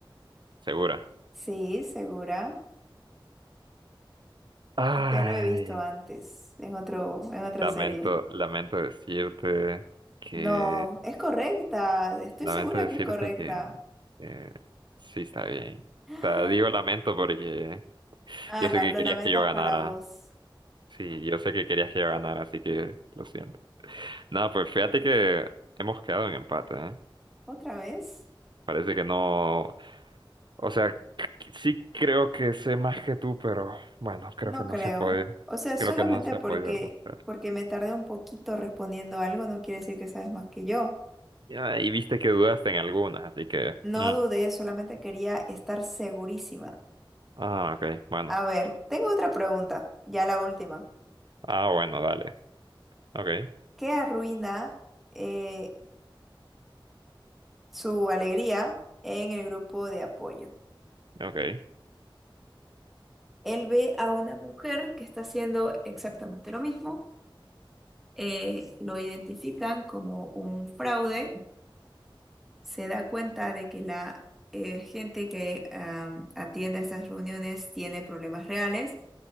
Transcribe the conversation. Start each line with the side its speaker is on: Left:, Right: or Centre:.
Right: Segura.
Centre: Sí, segura.
Right: Ay,
Centre: Ya lo he visto antes, en otro, en otra
Right: Lamento,
Centre: serie.
Right: lamento decirte que,
Centre: No, es correcta. Estoy
Right: lamento
Centre: segura
Right: decirte
Centre: que es correcta.
Right: que, eh, sí está bien.
Centre: <gasps>
Right: O sea, digo lamento porque
Centre: Ah,
Right: yo
Centre: la-
Right: sé que
Centre: lo
Right: querías
Centre: lamentas
Right: que yo ganara.
Centre: para vos.
Right: Sí, yo sé que querías que yo ganara, así que lo siento. No, pues fíjate que hemos quedado en empate, ¿eh?
Centre: ¿Otra vez?
Right: Parece que no. O sea, c- sí creo que sé más que tú, pero bueno, creo
Centre: No
Right: que no
Centre: creo.
Right: se ha podido.
Centre: O sea, solamente
Right: Creo que no se
Centre: porque,
Right: ha podido demostrar.
Centre: porque me tardé un poquito respondiendo algo no quiere decir que sabes más que yo.
Right: Ya, Y viste que dudaste en algunas, así que.
Centre: No
Right: mm.
Centre: dudé, solamente quería estar segurísima.
Right: Ah, ok, bueno.
Centre: A ver, tengo otra pregunta, ya la última.
Right: Ah, bueno, dale. Ok,
Centre: ¿Qué arruina eh, su alegría en el grupo de apoyo?
Right: ok.
Centre: Él ve a una mujer que está haciendo exactamente lo mismo, eh, lo identifican como un fraude se da cuenta de que la eh, gente que am, atiende a estas reuniones tiene problemas reales